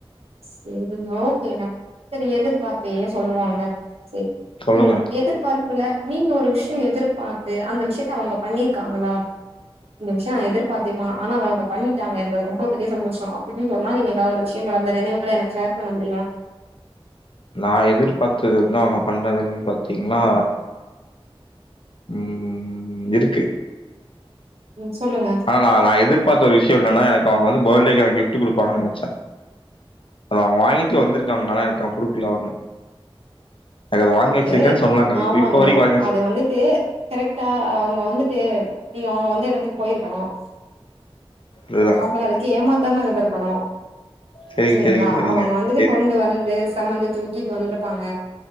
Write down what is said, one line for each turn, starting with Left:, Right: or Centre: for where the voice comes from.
Right: சரிங்க ஓகேங்க சரி எதிர்பாப்பே சொல்லுவாங்க சரி
Left: சொல்லுங்க
Right: உம் எதிர்பார்ப்புல நீங்க ஒரு விஷயம் எதிர்பாத்து அந்த விஷயத்த அவங்க பண்ணி க்காங்களா இந்த விஷயம் நா எதிர்பாத்தேமா ஆனா அத அவங்க பண்ணிட்டாங்க எனக்கு ரொம்ப பெரிய சந்தோஷம் திருப்பி சொன்ன நீங்க ஏதா ஒரு விஷயங்கள அந்த நினைவுகள எனக்கு ஷேர் பண்ண முடியுமா
Left: நான் எதிர்பாத்தது வந்து அவங்க பண்றதுன்னு பாத்தீங்கனா உஹம் உஹம் உம் இருக்கு
Right: ம் சொல்லுங்க
Left: ஆஹ் நா நான் எதிர்பாத்த ஒரு விஷயம் என்னனா எனக்கு அவங்க வந்து பர்டேக்கு எனக்கு கிஃப்ட் குடுப்பாங்கன்னு நெனச்ச அத அவங்க வாங்கிட்டு வந்துருக்காங்க ஆனா எனக்கு அவ குடுக்கல அவங்க எனக்கு அது வாங்கி வச்சிருக்கேன்னு
Right: று
Left: சொன்னாங்க இப்ப
Right: ஆமாங்க
Left: இப்ப வரைக்கு வாங்கி வச்சு
Right: அது வந்துட்டு கரெக்டா அவங்க வந்துட்டு நீங்க அவங்க வந்த எடத்துக்கு போயிருக்கணும்
Left: அதுதா
Right: ம் அவங்கள அதுக்கு ஏமா தாம இருந்திருக்கணும்
Left: சரிங்க
Right: சரிங்களா
Left: சரிங்க சரிங்க
Right: அவங்க வந்துட்டு கொண்டு வந்து <unintelligible> தூக்கிட்டு வந்துருப்பாங்க